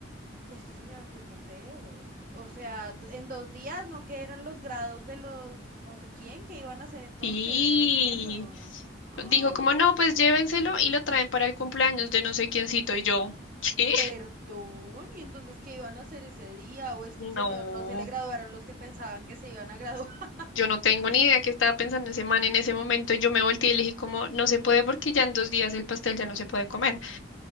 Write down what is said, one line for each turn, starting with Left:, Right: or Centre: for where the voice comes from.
Right: este señor, ¿quién se cree, güey? O sea, en dos días, ¿no? que eran los grados de los no sé quién que iban a hacer entonces?
Left: Sí.
Right: No entiendo. <gasps>
Left: Dijo como, no, pues llévenselo y lo traen para el cumpleaños de no sé quiéncito. Y yo, ¿qué?
Right: Perdón, ¿y entonces qué iban a hacer ese día? ¿O es que
Left: No,
Right: el señor no se le graduaron los que pensaban que se iban a graduar? <laughs>
Left: yo no tengo ni idea qué estaba pensando ese man en ese momento. Y yo me volteé y le dije como, no se puede porque ya en dos días el pastel ya no se puede comer.